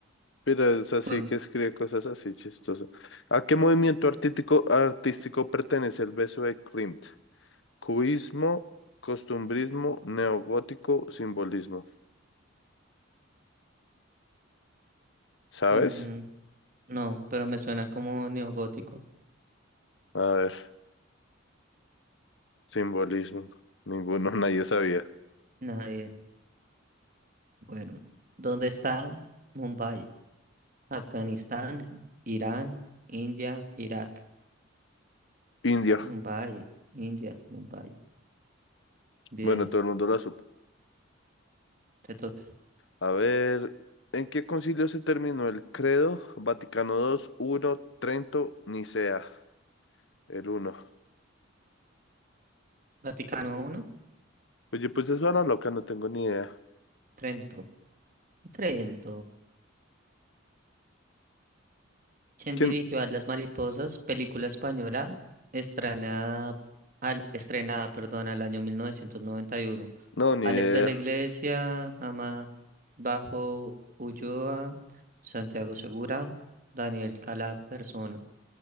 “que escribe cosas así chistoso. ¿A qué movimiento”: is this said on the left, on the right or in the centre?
Left